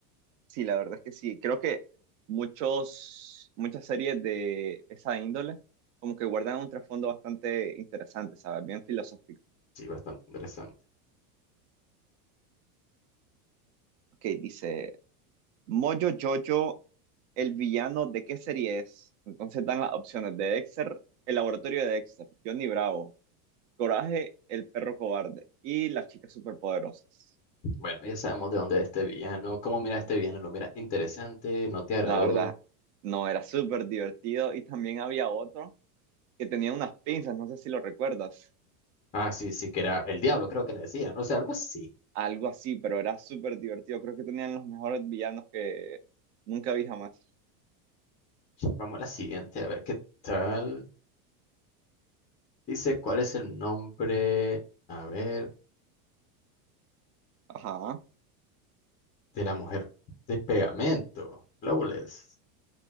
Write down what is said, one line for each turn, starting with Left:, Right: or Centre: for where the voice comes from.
Right: Sí, la verdad es que sí, creo que muchos, muchas series de esa índole como que guardan un trasfondo bastante interesante, ¿sabes? Bien filosófico.
Left: Sí, bastante interesante.
Right: Ok, dice, Moyo Jojo, el villano, ¿de qué serie es? Entonces dan las opciones de Dexter, el laboratorio de Dexter, Johnny Bravo, Coraje, el perro cobarde y las chicas superpoderosas.
Left: Bueno, ya sabemos de dónde es este villano. ¿Cómo mira este villano? ¿Lo mira interesante? ¿No te agradó?
Right: La verdad, no, era súper divertido y también había otro que tenía unas pinzas, no sé si lo recuerdas,
Left: Ah, sí, sí, que era el diablo, creo que le decían. No sé, algo así.
Right: algo así, pero era súper divertido. Creo que tenían los mejores villanos que nunca vi jamás.
Left: Vamos a la siguiente, a ver qué tal. Dice, ¿cuál es el nombre, a ver,
Right: Ajá.
Left: de la mujer de pegamento? Flawless.